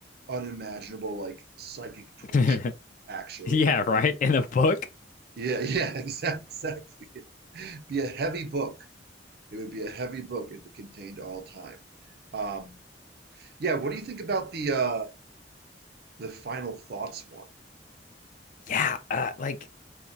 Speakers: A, on the right (about 60°); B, on the left (about 45°).
A: unimaginable like psychic torture.
B: <laughs> <laughs>
A: Actually,
B: Yeah, right. In a book.
A: yeah, <laughs> yeah, exactly, exactly. It'd Be a heavy book. It would be a heavy book if it contained all time. Um, yeah, what do you think about the uh, the final thoughts one?
B: Yeah, uh, like